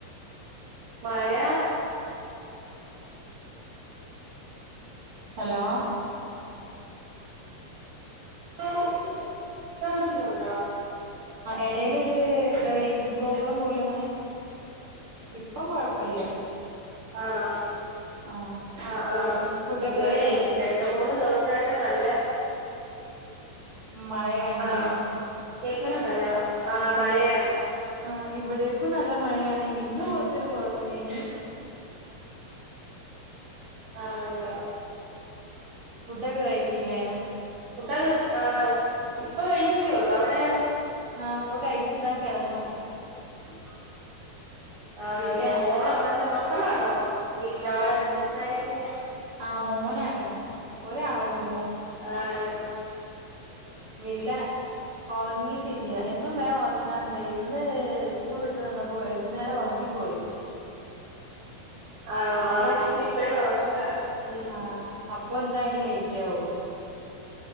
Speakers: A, on the right; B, on the right.
A: മഴ
B: ഹലോ
A: <unintelligible>
B: എടേല് ഒരു റേഞ്ച് പ്രോബ്ലം പോലെ എങ്ങനെ ഇപ്പ കൊഴപ്പല്ല
A: ആണോ
B: ആഹ്
A: ആ ആ
B: ഫുഡൊക്കെ
A: ഇവിടെ
B: കഴിച്ച്
A: രണ്ട് മൂന്ന് ദോഷായിട്ട് നല്ല
B: മഴയാണില്ലേ
A: ആ കേക്കണണ്ടല്ലോ ആ
B: ആതെ
A: മഴയാണ്
B: ആ ഇവിടേക്കും നല്ല മഴയാണെ ഇന്ന് കൊറച്ചരു കുറവുണ്ട് ഇനി
A: ആ നല്ല
B: ഫുഡൊക്കെ കഴിച്ചില്ലേ
A: ഫുഡൊക്കെ ആ ഇപ്പൊ കഴിച്ചതേള്ളു അവിടെയാ
B: ആ അപ്പൊ കഴിച്ച ഇതാ കിടന്നു
A: <unintelligible> ആ
B: വീട്ടിലെ
A: നല്ലേ മോള മല്ല മക്കളാണോ വീട്ടിലവിടെ
B: ആ
A: സംസാരിക്കുന്നത്
B: ആ മോനാണ് ഒരാളള്ളൂ
A: ആ അല്ല
B: വീട്ടില ഉറങ്ങിട്ടില്ലയ എന്നും വേം ഉറങ്ങാറുണ്ട് ഇന്ന് സ്കൂൾ വിട്ട് വന്നപ്പോ വൈകുന്നേരം ഉറങ്ങിപ്പോയി
A: ആണോ
B: അപ്പൊ
A: ആ ഇനിയിപ്പ ഇപ്പഴേ ഉറങ്ങുക ഉം
B: ആ അപ്പൊ എന്തായി ലെറ്റ് ആവും